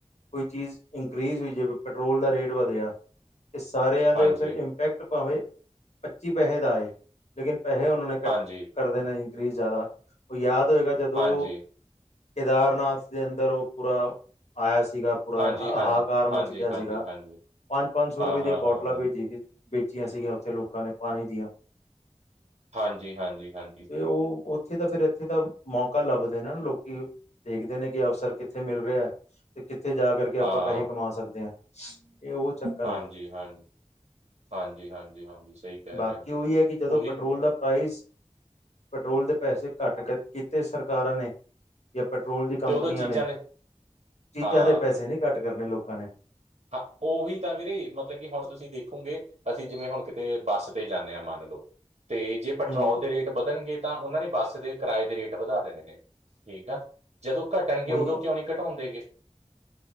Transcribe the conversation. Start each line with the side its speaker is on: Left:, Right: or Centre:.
Left: ਕੋਈ ਚੀਜ਼ ਇਨਕਰੀੀਜ਼ ਹੋਈ ਜਾਵੇ ਪੈਟਰੋਲ ਦਾ ਰੇਟ ਵਧਿਆ। ਇਹ ਸਾਰਿਆਂ ਦੇ
Right: ਹਾਂਜੀ,
Left: ਫਿਰ ਇੰਪੈਕਟ ਭਾਵੇਂ ਪੱਚੀ ਪੈਸੇ ਦਾ ਆਏ। ਲੇਕਿਨ ਪੈਸੇ ਉਹਨਾਂ ਨੇ ਕੱਟ
Right: ਹਾਂਜੀ,
Left: ਕਰਦੇ ਨੇ ਇਨਕਰੀਜ਼ ਜ਼ਿਆਦਾ। ਉਹ ਯਾਦ ਹੋਏਗਾ ਜਦੋਂ
Right: ਹਾਂਜੀ,
Left: ਕੇਦਾਰਨਾਥ ਦੇ ਅੰਦਰ ਉਹ ਪੂਰਾ ਆਇਆ ਸੀਗਾ। ਪੂਰਾ
Right: ਹਾਂਜੀ,
Left: ਹਹਾਕਾਰ
Right: ਹਾਂਜੀ,
Left: ਮਚ
Right: ਹਾਂਜੀ,
Left: ਗਿਆ
Right: ਹਾਂਜੀ,
Left: ਸੀਗਾ।
Right: ਹਾਂਜੀ।
Left: ਪੰਜ- ਪੰਜ ਸੌ
Right: ਹਾਂ,
Left: ਰੁਪਏ
Right: ਹਾਂ,
Left: ਦੀਆਂ ਬੋਟਲਾਂ
Right: ਹਾਂ, ਹਾਂ।
Left: ਭੇਚੀ ਸੀ। ਵੇਚੀਆਂ ਸੀਗੀਆਂ ਉੱਥੇ ਲੋਕਾਂ ਨੇ ਪਾਣੀ ਦੀਆਂ।
Right: ਹਾਂਜੀ -ਹਾਂਜੀ -ਹਾਂਜੀ।
Left: ਤੇ ਉਹ ਉੱਥੇ ਤਾਂ ਫਿਰ ਇੱਥੇ ਤਾਂ ਮੌਕਾ ਲੱਭਦੇ ਨੇ ਲੋਕੀ। ਦੇਖਦੇ ਨੇ ਕਿ ਅਫਸਰ ਕਿੱਥੇ ਮਿਲ ਰਿਹਾ। ਤੇ ਕਿੱਥੇ ਜਾ ਕੇ ਕਰਕੇ ਆਪਾਂ
Right: ਹਾਂ।
Left: ਪੈਸੇ ਕਮਾ ਸਕਦੇ ਹਾਂ। ਇਹ ਉਹ ਚੱਕਰ
Right: ਹਾਂਜੀ,
Left: ਹੈ।
Right: ਹਾਂਜੀ, ਹਾਂਜੀ- ਹਾਂਜੀ- ਹਾਂਜੀ, ਸਹੀ ਕਹਿ
Left: ਬਾਕੀ
Right: ਰਹੇ ਹੋ।
Left: ਉਹੀ ਹੈ ਕਿ ਜਦੋਂ
Right: ਉਹੀ
Left: ਪੈਟਰੋਲ
Right: ਮ-
Left: ਦਾ ਪ੍ਰਾਈਸ, ਪੈਟਰੋਲ ਦੇ ਪੈਸੇ ਘੱਟ ਕੀਤੇ ਸਰਕਾਰਾਂ ਨੇ। ਜਾਂ ਪੈਟਰੋਲ ਦੀ ਕੰਪਨੀਆਂ
Right: ਤੇ ਉਦੋਂ ਚੀਜ਼ਾਂ
Left: ਨੇ। ਚੀਜ਼ਾਂ
Right: ਹਾਂ।
Left: ਦੇ ਪੈਸੇ ਨਹੀਂ ਘੱਟ ਕਰਨੇ ਲੋਕਾਂ ਨੇ।
Right: ਹਾਂ ਉਹੀ ਤਾਂ ਵੀਰੇ ਮਤਲਬ ਕਿ ਹੁਣ ਤੁਸੀਂ ਦੇਖੋਗੇ। ਅਸੀਂ ਜਿਵੇਂ ਹੁਣ ਕਿਤੇ ਬੱਸ ਤੇ ਜਾਂਦੇ ਹਾਂ ਮੰਨ ਲਓ। ਤੇ ਜੇ ਪੈਟਰੋਲ
Left: ਹਮ
Right: ਦੇ ਰੇਟ ਵਧਣਗੇ ਤਾਂ ਉਹਨਾਂ ਨੇ ਬੱਸ ਦੇ ਕਿਰਾਏ ਦੇ ਰੇਟ ਵਧਾ ਦਿੰਦੇ ਨੇ। ਠੀਕ ਆ। ਜਦੋਂ ਘਟਣਗੇ
Left: ਉਹੀ
Right: ਉਦੋਂ ਕਿਉਂ ਨਹੀਂ ਘਟਾਉਂਦੇ ਗਏ।